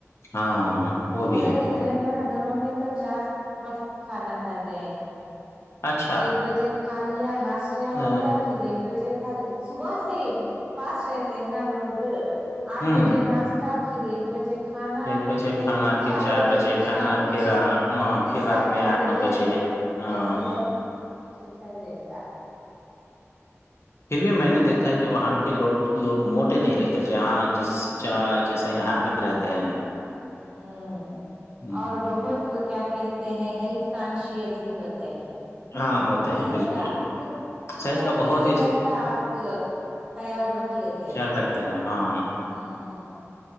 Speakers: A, on the left; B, on the right.
A: ہاں وہ
B: تھوڑے
A: بھی ہے
B: گھر میں گھروں میں تو چار وقت کھانا کھاتے ہیں
A: اچھا
B: ایک بجے کھا لیا ناشتے ہو
A: ا،
B: گیا پھر ایک بجے صبح سے پاس رہتے ہیں نا لوگ آٹھ
A: ہوں
B: بجے ناشہ پھر ایک بجے کھانا
A: ایک بجے
B: پھر
A: کھانا
B: چار بجے کچھ
A: کھانا
B: نہ کچھ
A: پھر آ، آ،
B: پھر سات
A: رات میں
B: آٹھ بجے
A: نو ہاں
B: ایسے چیلتا رہتا ہے
A: پھر بھی میں نے دیکھا ہے کہ وہاں کے لو لوگ موٹے نہیں رہتے جہاں جس ج جیسا یہاں
B: ہاں
A: پہ
B: ہاں
A: رہتے ہیں
B: ہوں
A: ہوں،
B: اور بہت وہ کیا کہ ہیں ہیلتھ کانشیس بھی ہوتے ہیں
A: ہاں ہوتے
B: صحت
A: ہیں بالکل
B: کا خود خود
A: صحت
B: اپنی
A: کا بہت
B: صحت
A: ہی خیال
B: کا آپ خیال رکھ لیتے
A: خیال رکھتے ہیں ہاں
B: ہوں